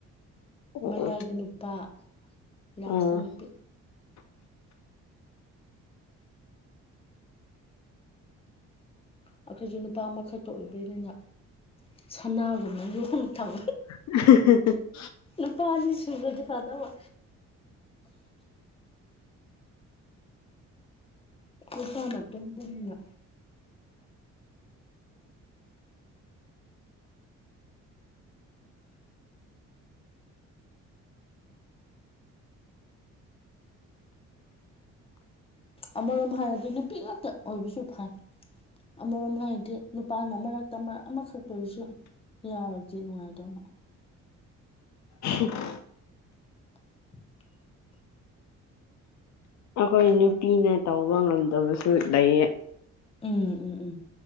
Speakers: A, on the left (about 65°); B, on the left (about 20°).
A: ꯑꯣ
B: ꯃꯌꯥꯗꯨ
A: ꯑꯣ
B: ꯅꯨꯄꯥ ꯂꯥꯁꯇ
A: ꯑꯣ
B: ꯅꯨꯄꯤ ꯑꯩꯈꯣꯏꯁꯨ ꯅꯨꯄꯥ ꯑꯃꯈꯛꯇ ꯑꯣꯏꯗꯣꯏꯅꯤꯅ ꯁꯅꯥꯒꯨꯝꯕ ꯌꯣꯡ ꯊꯝ
A: <unintelligible> <inaudible>
B: ꯅꯨꯄꯥ ꯑꯅꯤ ꯁꯨꯒꯔ꯭ꯗꯤ ꯐꯗꯧꯕ ꯅꯨꯄꯥ ꯃꯇꯣꯝꯗꯅꯤꯅ ꯑꯃꯔꯣꯝ ꯍꯥꯏꯔꯗꯤ ꯅꯨꯄꯤ ꯉꯥꯛꯇ ꯑꯣꯏꯕꯁꯨ ꯐꯩ ꯑꯃꯔꯣꯝ ꯍꯥꯏꯔꯗꯤ ꯅꯨꯄꯥꯅ ꯃꯔꯛꯇ ꯃꯔꯛ ꯑꯃꯈꯛꯇ ꯑꯣꯏꯔꯤꯁꯨ ꯌꯥꯎꯔꯗꯤ ꯅꯨꯡꯉꯥꯏꯗꯧꯕ
A: <inaudible>
B: <unintelligible> <inaudible>
A: ꯑꯩꯈꯣꯏ ꯅꯨꯄꯤꯅ ꯇꯧꯕ ꯉꯝꯗꯕꯁꯨ ꯂꯩꯌꯦ
B: ꯎꯝ ꯎꯝ ꯎꯝ